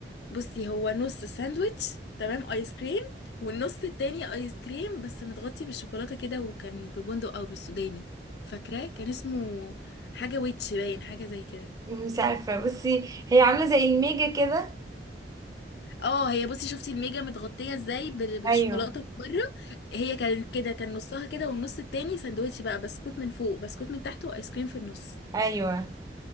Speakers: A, on the left; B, on the right.
A: بصي هو نص ساندويتش تمام آيس كريم والنص التاني آيس كريم بس متغطي بالشوكولاتة كده وكان ببندق أو بالسوداني فاكراه كان اسمه حاجة ويتش باين حاجة زي كده
B: مش عارفه بصي هي عامله زي الميجا كده
A: اه هي بصي شفتي الميجا متغطية ازاي بال- بالشوكولاتة
B: ايوه
A: من بره هي كانت كده كان نصها كده والنص التاني ساندويتش بقى بسكوت من فوق بسكوت من تحت وآيس كريم في النص
B: ايوه